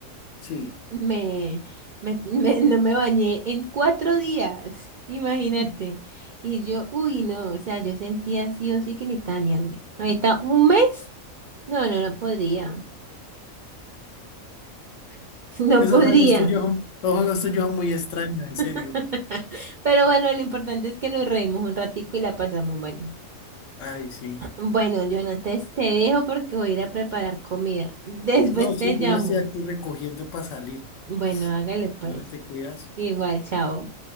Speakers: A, on the left; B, on the right.
A: Sí.
B: Me, me, <laughs> me- no me bañé en cuatro días, imagínate.
A: Mm,
B: Y yo, uy, no, o sea, yo sentía sí o sí que necesitaba bañarme. Ahorita, ¿un mes? No, no, no podría. <laughs> No
A: Esos
B: podría.
A: juegos tuyos, son- los juegos tuyos son muy extraños, en
B: <laughs>
A: serio.
B: Pero bueno, lo importante es que nos reímos un ratico y la pasamos bueno.
A: Ay, sí.
B: <clears throat> Bueno, Jonates, te dejo porque voy a ir a preparar comida. <laughs> Después
A: No, sí,
B: te llamo.
A: yo ya estoy aquí recogiendo para salir.
B: Bueno, hágale pues.
A: Vale, te cuidas.
B: Igual, chao.